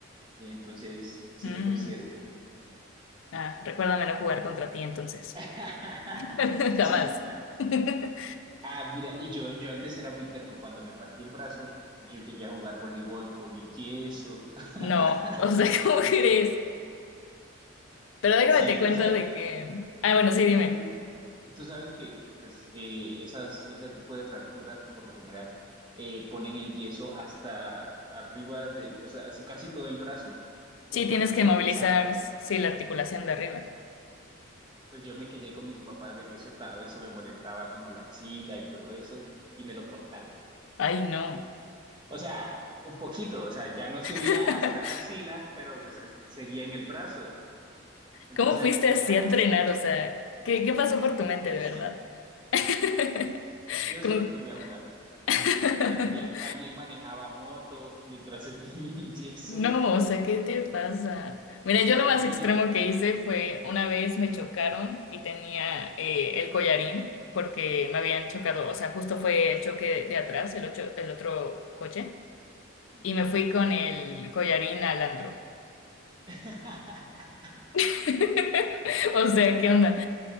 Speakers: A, on the right; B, on the left.
A: entonces sí
B: Mm,
A: me considero bueno.
B: ah, recuérdamelo jugar contra ti entonces.
A: <laughs>
B: <laughs> Jamás. <laughs> Ujú.
A: Ah, mira, y yo, yo antes era muy terco. Cuando me partí el brazo, yo llegué a jugar voleibol con el yeso. <laughs>
B: No, o sea, <laughs> ¿cómo crees? Pero déjame
A: Sí,
B: te cuento
A: tú sabes,
B: de que... Ah, bueno, sí, dime.
A: tú, tú sabes que pues, eh, esas, ese tipo de fracturas, por lo general, eh, ponen el yeso hasta arriba de, o sea, hasta casi todo el brazo, como
B: Sí, tienes
A: para inmovilizarlo.
B: que movilizar, sí, la articulación de arriba.
A: Pues yo me quejé con mis papás de que eso estaba, eso me molestaba como la axila y todo eso, y me lo cortaron.
B: Ay, no.
A: O sea, un poquito, o sea, ya no subía
B: <laughs>
A: hasta la axila, pero pues es- seguía en el brazo. Entonces,
B: ¿Cómo fuiste así
A: ya,
B: a entrenar? O sea, ¿qué,
A: <laughs>
B: qué pasó por tu mente, de verdad? <laughs>
A: yo solo
B: Con-
A: quería jugar.
B: <laughs>
A: También, también manejaba moto mientras <laughs> tenía el yeso.
B: No, o sea, ¿qué te pasa? Mira, yo lo más
A: Yo
B: extremo
A: ya...
B: que hice fue una vez me chocaron y tenía eh, el collarín porque me habían chocado, o sea, justo fue el choque de atrás, el, ocho- el otro coche,
A: Ujú.
B: y me fui con el collarín al andro.
A: <laughs>
B: <laughs> O sea, ¿qué onda?